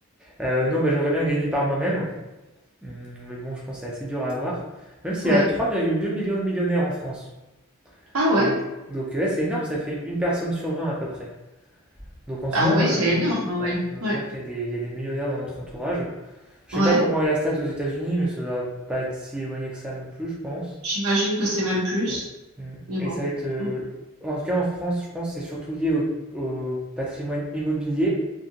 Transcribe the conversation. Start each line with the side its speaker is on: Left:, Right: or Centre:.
Centre: Euh, non, bah, j'aimerais bien gagner par moi-même. Hum, Mais bon, je pense que c'est assez dur à avoir. Même s'il
Right: Ouais.
Centre: y a 3,2 millions de millionnaires en France.
Right: Ah ouais.
Centre: Donc, donc, ouais, c'est énorme, ça fait une personne sur 20 à peu près. Donc, en soi,
Right: Ah ouais,
Centre: euh,
Right: c'est énorme, ouais.
Centre: ouais. Donc,
Right: Ouais.
Centre: c'est-à-dire qu'il y a des, il y a des millionnaires dans notre entourage. Je
Right: Ouais.
Centre: sais pas comment est la stat aux États-Unis, mais ça va pas être si éloigné que ça non plus, je pense.
Right: J'imagine que c'est même plus.
Centre: Ouais. Mm.
Right: Mais bon.
Centre: Et ça va être, euh,
Right: Mm.
Centre: en tout cas en France, je pense que c'est surtout lié au, au patrimoine immobilier,